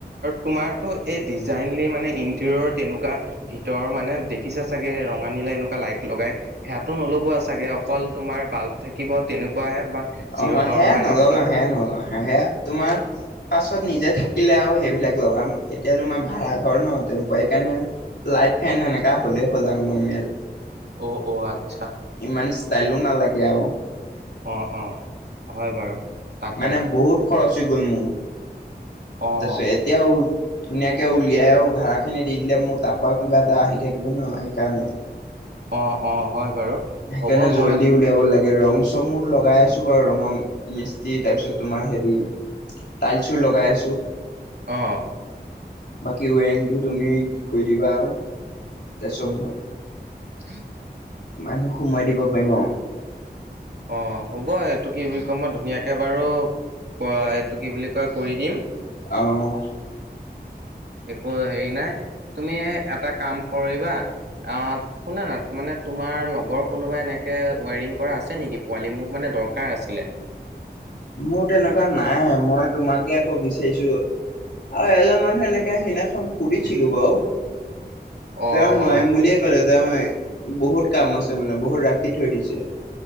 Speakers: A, on the right; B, on the left.
A: তোমাৰতটো এই ডিজাইনলি মানে ইণ্টেৰিয়ৰ তেনেকুৱা ভিতৰৰ মানে, দেখিছা চাগে ৰঙা, নী এনেকুৱা লাইট লগাই, হেয়াতো নলগোৱা চাগে, অকল তোমাৰ বাল্ব থাকিব তেনেকুৱাহে বা জিৰ'
B: অ',
A: পাৱাৰৰ
B: হেয়া
A: এটা
B: নাগাও,
A: থাকিব
B: হেয়া নলগা হা হেয়া তোমাৰ পাছত নিজে থাকিলে আৰু সেইবিলাক লগাম, এতিয়া তোমাৰ ভাড়াঘৰ ন টেম্পয়ায়ি কাণে, লাইট ফেন এনেকা হ'লেই হ'ল আৰু নমেল।
A: অ', অ', আত
B: ইমান ষ্টাইলো নালাগে আউ।
A: অ', অ', হয় বাৰু। তাকে
B: মানে বহুত খৰচ হৈ গল মো,
A: অ'
B: তাছে এতিয়াও ধুনীয়াকে উলিয়াই আউ ভাড়া খিনি দি দিলে মো তাপাও কিবা এটা আহি থাকিব ন, সেইকাৰণে।
A: অ - অ হয়। বাৰু
B: সেইকাৰণে
A: হ'ব
B: জল্দি
A: মই
B: উলিয়াব লাগে। ৰং চঙো লগাই আছো বাৰু ৰঙৰ মিসি তাৰপিছত তোমাৰ হেৰি টাইলছো লগাই আছো।
A: অ',
B: বাকী ৱেৰিংটো তুমি গৈ দিবা আৰু মই
A: হা <inaudible>
B: মানুহক সোমাই দিব পাৰিম অ,
A: অ, হ'ব এইটো কি বুলি ক মই ধুনীয়াকে বাৰু ক এইটো কি বুলি কয় কৰি দিম।
B: আহ,
A: একো হেৰি নাই। তুমি এটা কাম কৰিবা অ শুনানা মানে তোমাৰ লগৰ কোনোবাই এনে যে ৱেৰিং কৰা আছে নেকি পোৱালি মোক মানে দৰকাৰ আছিলে।
B: মোৰ তেনেকুৱা নাই মই তোমাকে আকৌ বিচাৰিছো। আৰু এজন মানুহে এনেকে সিনাখন সুধিছিলো বাৰু
A: অ
B: ত নয়ম
A: অ
B: বুলিলিয়ে কলে। বহুত কাম আছে মানে বহুত ৰাখি থৈ দিছে।